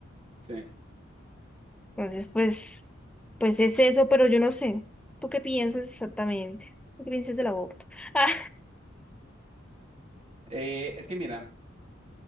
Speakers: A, on the right; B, in the centre.
A: Sí.
B: Entonces, pues, pues es eso, pero yo no sé. ¿Tú qué piensas exactamente? ¿Qué piensas del aborto? <laughs> Ah,
A: Eh, es que mira,